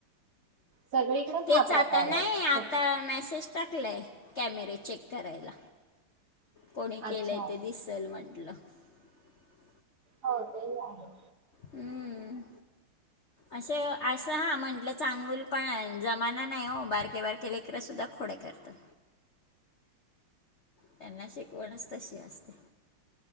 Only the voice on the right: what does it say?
सगळीकडच
हा
प्रकार
हाय
हो
अच्छा
हो तेही आहे.